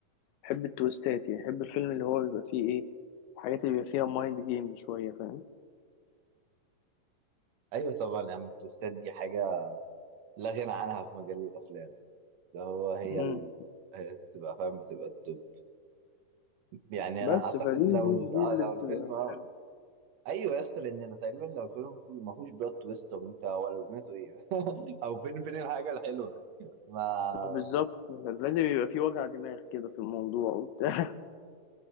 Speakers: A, on the left; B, on the right.
A: بحب التويستات يعني بحب الفيلم اللي هو بيبقى فيه ايه الحاجات اللي بيبقى فيها مايند جيمز شوية فاهم
B: ايوه طبعا يا عم التوستات دي حاجه لا غنى عنها في مجال الافلام ده هو هي
A: امم
B: ال... هي بتبقى فاهم بتبقى التوب يعني انا
A: بس
B: اعتقد
A: فدي
B: لو
A: دي
B: ال...
A: دي
B: آه
A: اللي
B: لو
A: بتبقى
B: الفيلم اه
A: حلوة
B: ايوه يا اسطى لان أنا تقريبا لو الفيلم مفهو- ما فيهوش بلوت تويست طب انت هو لازمته ايه <laughs> او فين فين الحاجه الحلوه ما
A: بالظبط لازم يبقى فيه وجع دماغ كده في الموضوع وبتاع